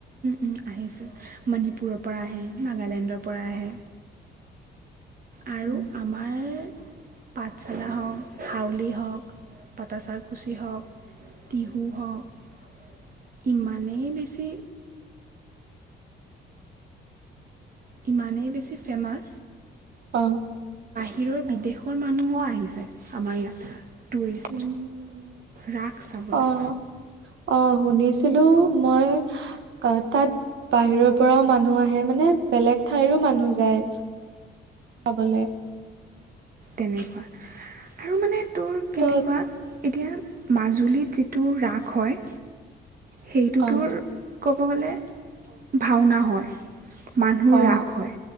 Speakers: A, on the right (about 45°); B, on the right (about 75°).
A: উম, আহিছে। মণিপুৰৰ পৰা আহে, নাগালেণ্ডৰ পৰা আহে। আৰু
B: উম
A: আমাৰ পাঠশালা হওঁক, হাউলী হওঁক, পটাাচাৰকুচি হওঁক টিহু হওঁক ইমানেই বেছি ইমানেই বেছি ফেমাছ।
B: অ'
A: বাহিৰৰ বিদেশৰ মানুহো আহিছে আমাৰ ইয়াত। টুৰিষ্ট
B: উম,
A: ৰাস চাবলৈ
B: অ' অ' শুনিছিলো মই তাত বাহিৰৰ পৰাও মানুহ আহে। মানে, বেলেগ ঠাইৰো মানুহ যায় চাবলৈ।
A: তেনেকুৱা আৰু মানে তোৰ কেনেকুৱা,
B: তত
A: এতিয়া! মাজুলীত যিটো ৰাস হয় সেইটোতো
B: অ
A: ক ক' গ'লে ভাওনা হয়। মানুহৰ
B: অ
A: ৰাগ হয়,